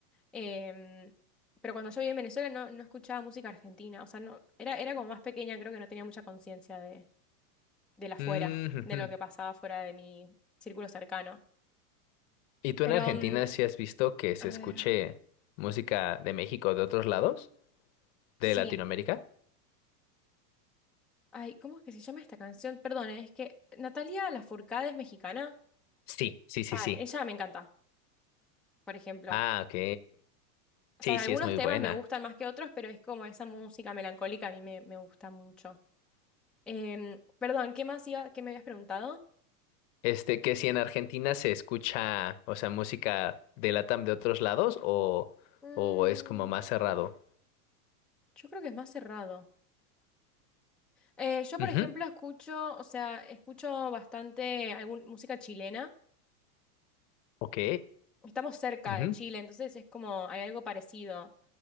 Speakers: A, in the centre; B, on the left.
A: Em, pero cuando yo vivía en Venezuela no, no escuchaba música argentina. O sea, no, era, era como más pequeña, creo que no tenía mucha conciencia de, de la fuera,
B: mm, ujú.
A: de lo que pasaba fuera de mi círculo cercano.
B: ¿Y tú
A: Pero,
B: en Argentina
A: mm,
B: sí has visto que se
A: a
B: escuche
A: ver,
B: música de México o de otros lados?
A: sí.
B: ¿De Latinoamérica?
A: Ay, ¿cómo es que se llama esta canción? Perdón, ¿eh? es que Natalia Lafourcade es mexicana.
B: Sí, sí, sí,
A: Ah,
B: sí.
A: ella me encanta, por ejemplo.
B: Ah, ok.
A: O
B: Sí,
A: sea,
B: sí,
A: algunos
B: es muy
A: temas
B: buena.
A: me gustan más que otros, pero es como esa música melancólica a mí me, me gusta mucho. Em, perdón, ¿qué más iba, qué me habías preguntado?
B: Este, que si en Argentina se escucha, o sea, música de Latam de otros lados o,
A: Mm,
B: o es como más cerrado.
A: yo creo que es más cerrado. Eh, yo, por
B: Ujú,
A: ejemplo, escucho, o sea, escucho bastante algún, música chilena.
B: Ok.
A: Estamos cerca
B: Ujú.
A: de Chile, entonces es como, hay algo parecido.